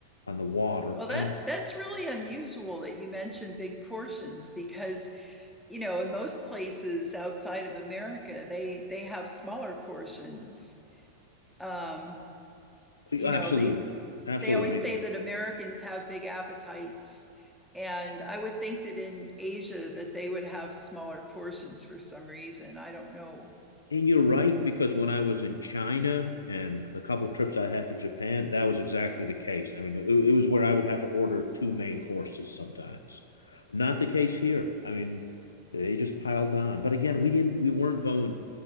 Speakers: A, on the left; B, in the centre.
A: on the water,
B: Well, that's
A: and
B: that's really unusual that you mentioned big portions because, you know, in most places outside of America, they they have smaller portions. Um, you
A: absolutely,
B: know, they
A: absolutely.
B: they always
A: I mean,
B: say that Americans have big appetites, and I would think that in Asia that they would have smaller portions for some reason. I don't know.
A: And you're right, because when I was in China and a couple of trips I had to Japan, that was exactly the case. I mean, it, it was where I would have to order two main courses sometimes. Not the case here. I mean, they just piled on. But again, we didn't, we weren't going